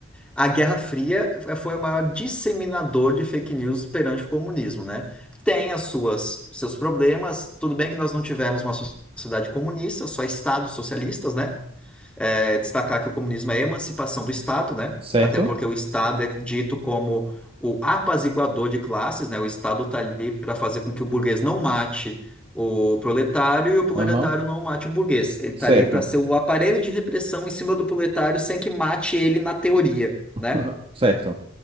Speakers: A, in the centre; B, on the right (about 25°).
A: A Guerra Fria foi o maior disseminador de fake news perante o comunismo, né? Tem as suas, seus problemas, tudo bem que nós não tivemos uma sociedade comunista, só estados socialistas, né? é destacar que o comunismo é a emancipação do Estado, né?
B: Certo?
A: Até porque o Estado é dito como o apaziguador de classes, né? O Estado está ali para fazer com que o burguês não mate o proletário e o proletário
B: Aham.
A: não mate o burguês. Ele
B: Certo.
A: está ali para ser o aparelho de repressão em cima do proletário sem que mate ele na teoria,
B: <laughs>
A: né?
B: Certo.